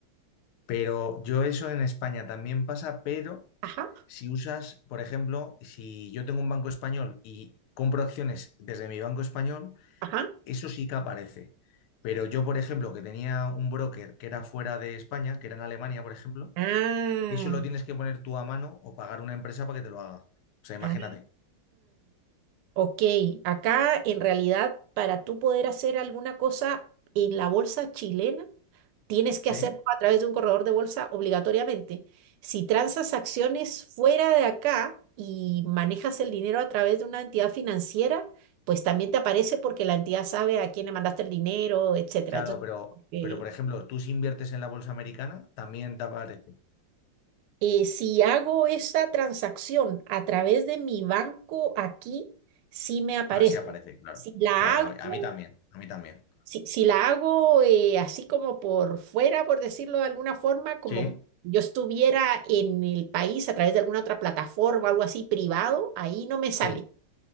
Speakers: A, on the left; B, on the right.
A: Pero yo eso en España también pasa, pero...
B: Ajá,
A: Si usas, por ejemplo, si yo tengo un banco español y compro acciones desde mi banco español,
B: ajá.
A: eso sí que aparece. Pero yo, por ejemplo, que tenía un broker que era fuera de España, que era en Alemania, por ejemplo,
B: Ah.
A: eso lo tienes que poner tú a mano o pagar una empresa para que te lo haga. O sea, imagínate,
B: Ah, ok. Acá en realidad para tú poder hacer alguna cosa en la bolsa chilena, tienes que
A: ¿sí?
B: hacerlo a través de un corredor de bolsa obligatoriamente. Si transas acciones fuera de acá y manejas el dinero a través de una entidad financiera, pues también te aparece porque la entidad sabe a quién le mandaste el dinero, etcétera.
A: Claro,
B: Entonces,
A: pero,
B: eh,
A: pero por ejemplo, tú si inviertes en la bolsa americana, también te aparece.
B: eh, si hago esa transacción a través de mi banco aquí, sí me aparece.
A: Ah, sí aparece, claro.
B: Si la
A: Claro,
B: hago,
A: a mí, a mí también, a mí también.
B: si, si la hago eh, así como por fuera, por decirlo de alguna forma, como
A: Sí,
B: yo estuviera en el país a través de alguna otra plataforma, algo así privado, ahí no me sale.
A: sí,